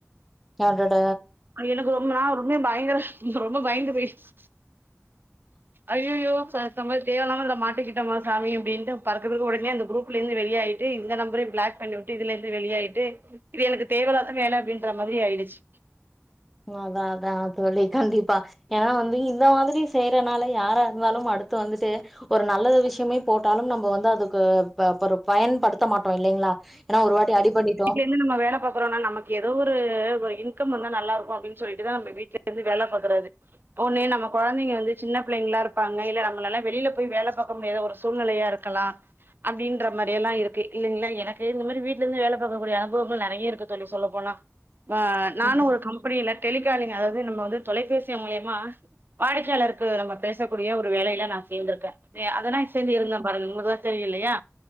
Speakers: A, in the centre; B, on the right.
A: தாங்கட
B: எனக்கு ரொம்ப நா ரொம்ப பயங்கர ரொம்ப பயந்து போய்ட்ச்சு ஐயயோ சா நம்ம தேவையில்லா மாட்டிக்கிட்டோமா சாமி அப்டினு பறக்கபறக்க ஒடனே அந்த குரூல இருந்து வெளியாயிட்டு இந்த நம்பரை பிளாக் பண்ணி இதுல இருந்து வெளியாயிட்டு இது எனக்கு தேவயிலாதா வேல அப்டின்ற மாரி ஆயிடுச்சு
A: அதா அதா சொல்லி கண்டிப்பா ஏன்னா வந்து இந்த மாரி செய்யறனால யாரா இருந்தாலு அடுத்து வந்துட்டு ஒரு நல்ல விஷயமே போட்டாலு நம்ம வந்து அதுக்கு பயன்படுத்த மாட்டோ இல்லிங்களா ஏன்னா ஒரு வாட்டி அடி பட்டுடோ
B: இன்னு நம்ம வேல பாக்றோம்னா நமக்கு ஏதோ ஒரு இன்கம் வந்து நல்லாருக்கு அப்டினு சொல்லிட்டுதா நம் வீ்ட்ல இருந்து வேலபாக்குறது ஒண்ணு நம்ம குழந்தைங்க வந்து சின்ன பிள்ளைங்களா இருப்பாங்க இல்ல நம்மளல்லா வெளில போய் வேல பாக்க முடியாத ஒரு சூழ்நெலயா இருக்கு இருக்கலா அப்டின்ற மாரி எல்லா இருக்கு இல்லிங்களா இந்த மாரி வீட்டுல இருந்து வேல பாக்கக்கூடிய அனுபவங்கள் நெறய இருக்கு தோழி சொல்ல போனா நானு
A: ம்
B: ஒரு கம் அப்டில்ல டெலிகாலிங் அதாவது நம்ம வந்து தொலைபேசி மூலியமா வாடிக்கையாளருக்கு நம்ம பேசக்கூடிய ஒரு வேலயில நா சேந்திருக்கே அதெல்லா செஞ்சுகிட்ருந்தே பாருங்க உங்களுக்கு எல்லா தெரியலயா